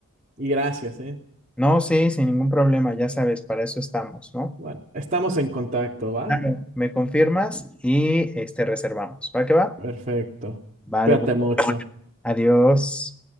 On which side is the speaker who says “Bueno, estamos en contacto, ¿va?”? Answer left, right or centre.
Right